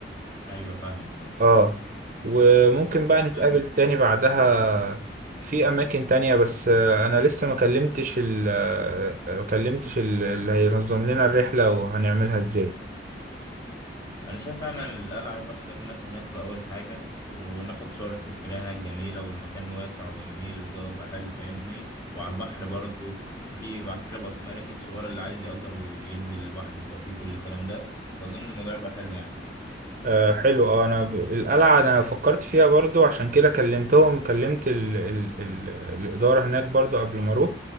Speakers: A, on the left; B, on the right.
A: أيوة، فاهمك
B: اه وممكن بقى نتقابل
A: فاهم
B: تاني بعدها في أماكن تانية بس آه، أنا لسه ما كلمتش ال آه، ما كلمتش ال- اللي هينظم لنا الرحلة وهنعملها إزاي
A: انا شايف فعلا القلعه يبقى اختيار مناسب انها تبقى اول حاجه وناخد صور تذكاريه هناك جميله والمكان واسع وجميل والجو يبقى حلو فاهمني وعلى البحر برضه في على فكره بقى في مراكب صغيره اللي عايز يأجر وي- وينزل البحر ويبقى فيه كل الكلام ده فاظن الموضوع يبقى حلو يعني
B: آه حلو اه انا ب... القلعة انا فكرت فيها برضو عشان كده كلمتهم كلمت ال... ال... ال... الإدارة هناك برضو قبل ما اروح